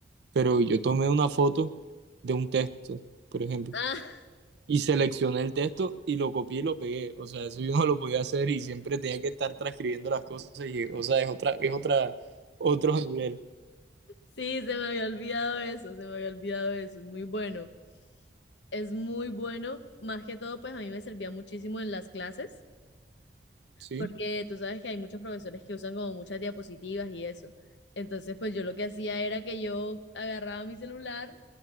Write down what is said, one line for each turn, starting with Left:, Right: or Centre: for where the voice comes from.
Right: pero yo tomé una foto de un texto, por ejemplo,
Left: Ah,
Right: y seleccioné el texto y lo copié y lo pegué, o sea, eso yo no lo podía hacer y siempre tenía que estar transcribiendo las cosas y, o sea, es otra, es otra, otro nivel,
Left: sí, se me había olvidado eso, se me había olvidado eso, es muy bueno. Es muy bueno, más que todo, pues a mí me servía muchísimo en las clases
Right: ¿sí?
Left: porque tú sabes que hay muchos profesores que usan como muchas diapositivas y eso. Entonces, pues yo lo que hacía era que yo agarraba mi celular,